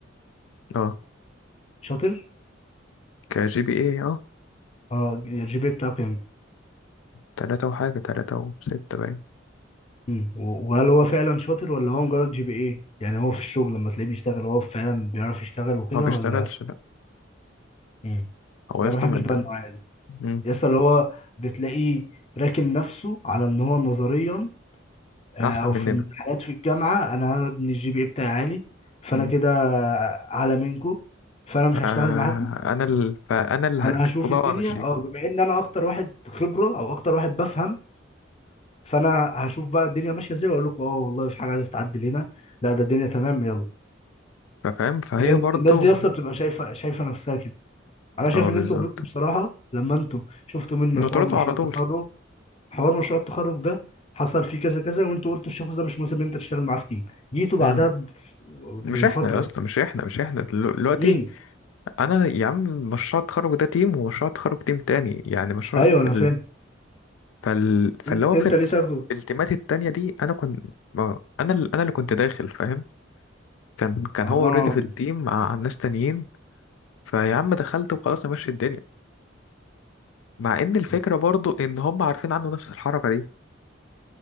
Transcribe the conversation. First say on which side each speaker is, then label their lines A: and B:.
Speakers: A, on the left; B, on the left.
A: اه
B: شاطر
A: كجي بي ايه اه
B: اه الجي بي إيه بتاعه كام
A: تلاتة وحاجة تلاتة وستة باين
B: مم. و- وهل هو فعلا شاطر ولا هو مجرد جي بي ايه يعني هو في الشغل لما تلاقيه بيشتغل هو فعلا بيعرف يشتغل وكده
A: هو بيشتغلش
B: ولا
A: لا
B: امم
A: هو يا
B: انا
A: اسطى
B: ما بحبش
A: مد-
B: بقى النوعيه دي
A: مم.
B: يس اللي هو بتلاقيه راكن نفسه على ان هو نظريا آه،
A: أحسن
B: او
A: مننا
B: في الامتحانات في الجامعه انا ابن الجي بي اي بتاعي عالي فانا
A: مم.
B: كده اعلى منكم فانا مش
A: آه
B: هشتغل معاكم
A: أنا ال... فأنا اللي هركبه
B: انا هشوف الدنيا
A: بقى وأمشيكوا
B: اه بما ان انا اكتر واحد خبره او اكتر واحد بفهم فانا هشوف بقى الدنيا ماشيه ازاي واقول لكم اه والله في حاجه عايزه تعدل هنا لا ده الدنيا تمام يلا
A: فاهم فهي
B: هي
A: برضو
B: الناس دي اصلا بتبقى شايفه شايفه نفسها كده انا شايف
A: اه
B: ان
A: بالظبط
B: انتوا غلطتوا بصراحه لما انتوا شفتوا منه
A: نطرده
B: حوار مشروع
A: على طول
B: التخرج حوار مشروع التخرج ده حصل فيه كذا كذا وانتوا قلتوا الشخص ده مش مناسب ان انت تشتغل معاه في تيم جيتوا بعدها
A: مم.
B: ب-
A: مش
B: بفتره
A: احنا يا اسطى مش احنا مش احنا دلو- دلوقتي
B: مين
A: انا يا عم مشروع التخرج ده تيم ومشروع التخرج تيم تاني يعني مشروع
B: ايوه
A: فال...
B: انا فاهم
A: فال... فاللي
B: إن-
A: هو
B: انت
A: في ال-
B: ليه تاخده
A: في التيمات التانية دي انا كنت ما- انا ال- انا اللي كنت داخل فاهم كان كان
B: اه
A: هو اوريدي في التيم مع ناس تانيين فيا عم دخلت وخلاص ماشي الدنيا مع ان الفكرة
B: م-
A: برضو ان هم عارفين عنه نفس الحركة دي